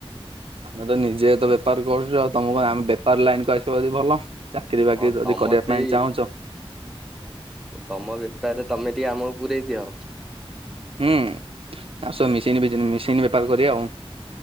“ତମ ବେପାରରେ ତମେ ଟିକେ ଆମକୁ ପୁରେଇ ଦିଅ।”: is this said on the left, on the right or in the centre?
Centre